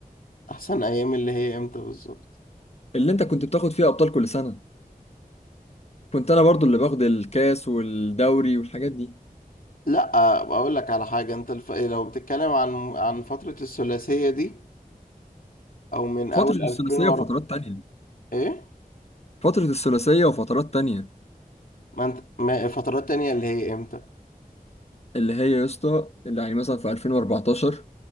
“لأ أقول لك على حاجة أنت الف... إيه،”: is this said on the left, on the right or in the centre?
Left